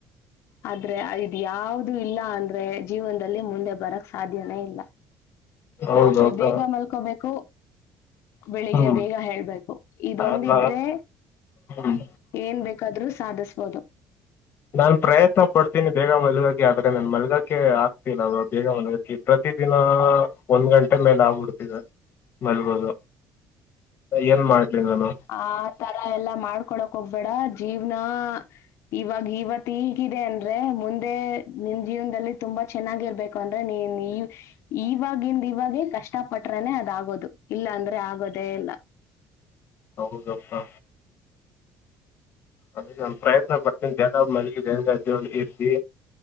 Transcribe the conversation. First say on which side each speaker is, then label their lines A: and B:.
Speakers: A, on the left; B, on the left.
A: ಆದ್ರೆ ಇದು ಯಾವ್ದ ಇಲ್ಲ ಅಂದ್ರೆ ಜೀವನದಲ್ಲಿ ಮುಂದೆ ಬರ ಸಾಧ್ಯನೇ ಇಲ್ಲ
B: ಹೌದು
A: ರಾತ್ರಿ
B: ಅಕ್ಕ
A: ಬೇಗ ಮಲ್ಕೋಬೇಕು ಬೆಳಿಗ್ಗೆ
B: ಹ್ಮ್
A: ಬೇಗ ಹೇಳ್ಬೇಕು ಇದೊಂದಿದ್ರೆ.
B: ಆಗ ಹ್ಮ್
A: ಏನ್ ಬೇಕಾದ್ರೂ ಸಾಧಿಸಬೋದು.
B: ನಾನು ಪ್ರಯತ್ನ ಪಡ್ತೀನಿ ಬೇಗ ಮಲ್ಗಕೆ ಆದ್ರೆ ನಾನನ್ ಮಲ್ಗಕೆ ಆಗ್ತೀನ ಅವರು ಬೇಗ ಮಲ್ಗಾಕಿ ಪ್ರತ ದಿನ. ಹ ಒಂದ್ ಗಂಟೆ ಮೇಲೆ ಆಗ್ಬಿಡ್ತಿದೆ ಮಲ್ಗೋದು. ಏನ್ ಮಾಡ್ಲಿ ನಾನು.
A: ಆ ತರ ಎಲ್ಲಾ ಮಾಡ್ಕೊಳಕ್ ಹೋಗ್ಬೇಡ ಜೀವ್ನ. ಇವಾಗ ಇವತ್ತು ಹೀಗಿದೆ ಅಂದ್ರೆ ಮುಂದೆ ನಿನ್ ಜೀವನದಲ್ಲಿ ತುಂಬಾ ಚೆನ್ನಾಗಿರ್ಬೇಕು. ಅಂದ್ರೆ ನೀನ್ ಇವಾಗಿಂದ ಇವಾಗೆ ಕಷ್ಟ ಪಟ್ರನೆ ಅದಾಗೋದು ಇಲ್ಲ ಅಂದ್ರೆ. ಆಗೋದೇ ಇಲ್ಲ.
B: ಹೌದುಪ್ಪಾ. ಅದ ಪ್ರಯತ್ನ ಪಡ್ತೀನಿ ಜೇಗ ಮಲ್ಲಿಗೆ ಬೇಗ್ದ ಇರ್ತಿ.